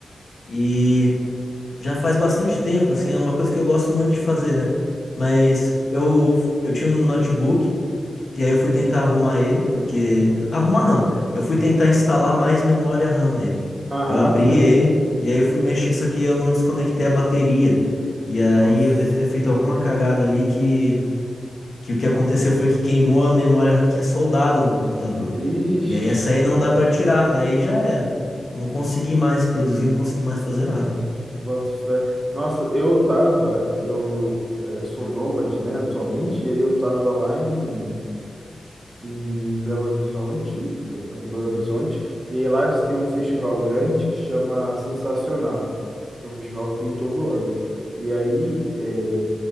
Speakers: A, on the left; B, on the right.
A: E já faz bastante tempo, assim, é uma coisa que eu gosto muito de fazer, né? Mas eu, eu tinha um notebook e aí eu fui tentar arrumar ele, porque. Arrumar não. Eu fui tentar instalar mais memória RAM nele.
B: Aham,
A: Eu abri
B: sei.
A: ele e aí eu fui mexer, só que eu não desconectei a bateria. E aí
B: Nossa.
A: eu devo ter feito alguma cagada ali que que o que aconteceu foi que queimou a memória RAM que é soldada no computador.
B: Ixi.
A: E aí essa aí não dá pra tirar, aí já era. Eu não consegui mais produzir, não consegui mais fazer nada.
B: Boto fé. Nossa, eu tava, eu eh, sou nômade, né, atualmente, e aí eu tava lá em, em Belo Horizonte, foi, tava em Belo Horizonte, e aí lá eles têm um festival grande que chama Sensacional, é um festival que tem todo ano. E aí, é,